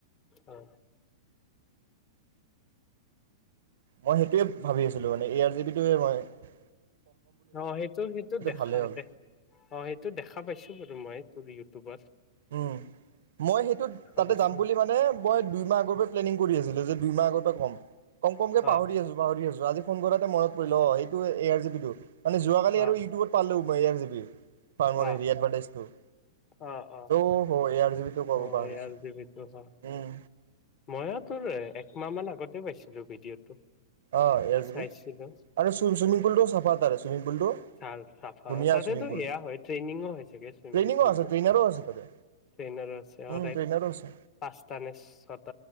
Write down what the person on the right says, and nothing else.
মই সেইটোৱে ভাবি আছিলোঁ মানে এ আৰ জি বি টোৱে <unintelligible>
ভালেই হ'ল।
উম মই সেইটো তাতে
যাম বুলি মানে মই দুইমাহ আগৰ পৰাই প্লেনিং কৰি আছিলো যে দুইমাহ আগত <unintelligible> কম কম কমকে
পাহৰি আছো পাহৰি আছো আজি ফোন কৰাতে মনত পৰিল অ। তোৰ এ আৰ জি পি টো মানে যোৱাকালি
আৰু ইউটিউবত পালোও মই এয় আৰ জি বি ৰ্ফামৰ
হেৰি এডভাৰটাইজ। অ <unintelligible>
অ <unintelligible> ক'ব
পাহৰিছোঁ
উম
অঁ এ আৰ জি
পি আৰু চুইমিং পুলটো চাফা তাৰে চুইমিং পুলটো
ধুনীয়া
চুইমিং পুল
ট্ৰেইনিঙো
আছে ট্ৰেইনাৰো আছে তাতে
উম ট্ৰেইনাৰো আছে